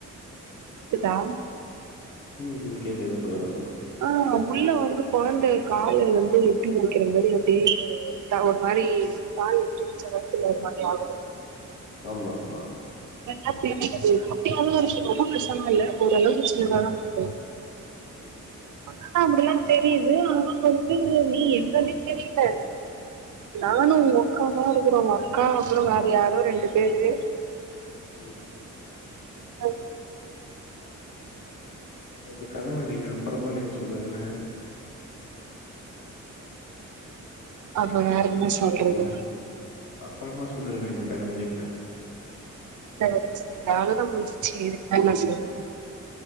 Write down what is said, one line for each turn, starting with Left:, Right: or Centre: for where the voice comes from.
Right: க்குதா
Left: ம் கேக்குது சொல்லுங்க சொல்லு
Right: ஆ முள்ள வந்து கொழந்த இருக்க இல் வந்து எப்பியு இருக்ற மாதி அப்டியே <unintelligible> த்தா ஒரு மாரி மாரி பால் எட்டு வச்ச வயத்துல ஒரு மாரி ஆகும்
Left: ஆமா ஆமா
Right: ஆ தெரியுது குபட்டியாவு <unintelligible> ரொம்ப பெருசாவு இல்ல ஓரளவுக்கு சின்னதா இருக்கு
Left: ம்.
Right: ஆனா அப்டில்லா தெரியுது ஆனா வந்து நீ என்னனெ கேக்கல் நானு
Left: ம்.
Right: ஒங்க்கா தா இருக்கிறோ ஒங்க்கா அப்புறொ வேற யாரோ ரெண்டு பேரு
Left: ம்
Right: அ
Left: நீ இந்த கனவ நீங்க அப்புறமா நீங்க சொல்லுங்கன
Right: அப்ப வேற என்ன சொல்றது
Left: ஹலோ! அப்புறமா சொல்லுங்களே இந்த கனவ நீங்க
Right: செரி செ அவ்ளோ தா முடிச்சி வேற என்ன சொல்றது